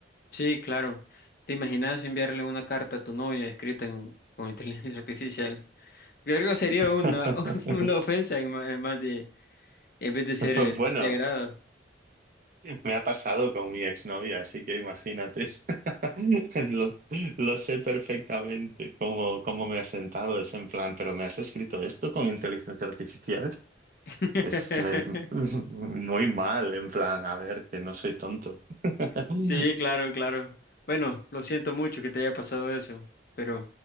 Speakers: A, on the left; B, on the right.
A: Sí, claro. ¿Te imaginas enviarle una carta a tu novia escrita en- con inteligencia <laughs> artificial? Creo que sería
B: <laughs>
A: una, <laughs> una ofensa en, ma- en más de, en vez de ser
B: Pues
A: eh,
B: bueno,
A: de agrado.
B: Me ha pasado con mi exnovia, así que imagínate. <laughs> Lo, lo sé perfectamente cómo, cómo me ha sentado ese en plan, pero ¿me has escrito esto con inteligencia artificial?
A: <laughs>
B: Es me- <laughs> muy mal, en plan, a ver, que no soy tonto. <laughs>
A: Sí, claro, claro. Bueno, lo siento mucho que te haya pasado eso, pero